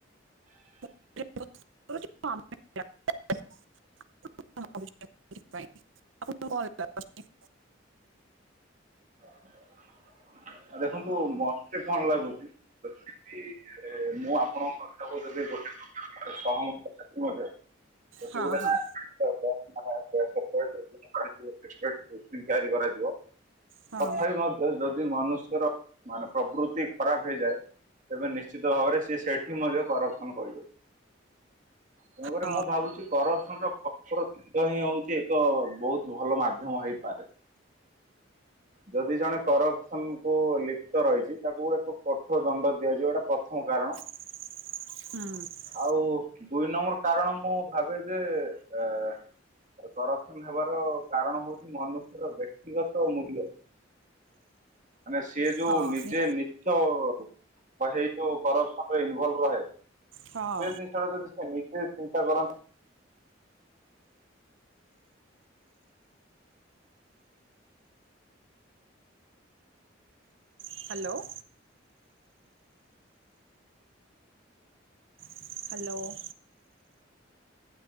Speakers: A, on the right; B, on the right.
A: <unintelligible> <inaudible> ପଣ ଚିବା <unintelligible> <inaudible>
B: <inaudible> ଆ ଦେଖନ୍ତୁ ମତେ କଣ ଲାଗୁଚି ଯଦି- କିଏ ମୁଁ ଆପଣଙ୍କ କଥାକୁ ଯଦି ଗୋ <inaudible> ସହମ <unintelligible> ଯଦି
A: ହଁ ହଁ
B: ଗୋଟ <inaudible> <unintelligible> ମାନେ ଗଣେଶ ଠାକୁର ତିଆରି <unintelligible> କରାଯିବ-
A: ହଁ
B: ତଥାପି ମଧ୍ୟ ଯଦି ମନୁଷ୍ୟର ମାନେ ପ୍ରଭୃତି ଖରାପ ହେଇଯାଏ ତେବେ ନିଶ୍- ନିଶ୍ଚିତ ଭାବରେ ସିଏ ସେଠି ମଧ୍ୟ କରକ୍ସନ କରିବ। ତେଣୁକରି
A: ହଁ
B: ମୁଁ ଭାବୁଛି କରକ୍ସନର କକ୍ଷର କେହୁଁ ହୋଉଛି ଏକ ବୋହୁତ୍ ଭଲ ମାଧ୍ୟମ ହେଇପାରେ- ଯଦି ଜଣେ କରସନ୍ କୁ ଲିପ୍ତ ରହିଛି ତାକୁ ଏକ କଠୋର ଦଣ୍ଡ ଦିଆଯିବା ଟା ପ୍ରଥମ କାରଣ-
A: <inaudible> ହୁଁ-
B: ଆଉ ଦୁଇ ନମ୍ବର କାରଣ ମୁଁ ଭାବେ ଯେ ଆ- କରକ୍ସନ ହେବାର କାରଣ ହୋଉଛି ମନୁଷ୍ୟର ବ୍ୟକ୍ତିଗତ୍! ତଅ ମୂଲ୍ୟ ମାନେ ସିଏ ଯୋଉ
A: ହଁ
B: ନିଜେ
A: ନି
B: ନିଜ୍! ତଅ ହେଇ ଯୋଉ ପର୍ସପର୍ରେ ଇନ୍ଭଲଭ ରହେ।
A: ହଁ
B: ସେ ଜିନିଷଟା ଯଦି ସେ ନିଜେ ଚିନ୍ତା କରନ୍ତ୍!
A: ହ୍ୟାଲୋ ହ୍ୟାଲୋ